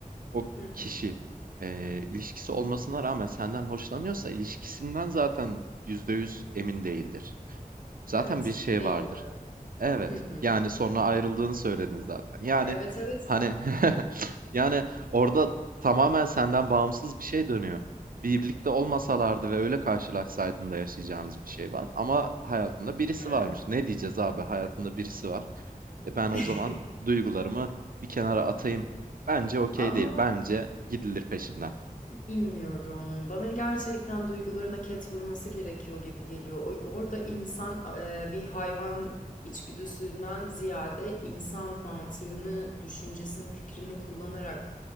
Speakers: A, on the right; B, on the left.
A: o
B: Hı
A: kişi,
B: hı.
A: eee, ilişkisi olmasına rağmen senden hoşlanıyorsa ilişkisinden zaten %100 emin değildir. Zaten
B: Evet,
A: bir şey
B: değildi.
A: vardır. Evet.
B: Hı hı.
A: Yani sonra ayrıldığını söyledin zaten. Yani
B: Evet, evet.
A: hani <laughs> yani orada tamamen senden bağımsız bir şey dönüyor. Birlikte olmasalardı ve öyle karşılaşsaydın da yaşayacağınız bir şey var. Ama hayatında birisi
B: Evet.
A: varmış. Ne diyeceğiz abi? Hayatında birisi var. E ben o
B: <laughs>
A: zaman duygularımı bir kenara atayım. Bence okey
B: Ama
A: değil. Bence gidilir peşinden.
B: Bilmiyorum. Bana gerçekten duygularına ket vurması gerekiyor gibi geliyor. O- Orada insan e, bir hayvan içgüdüsünden ziyade insan mantığını, düşüncesini, fikrini kullanarak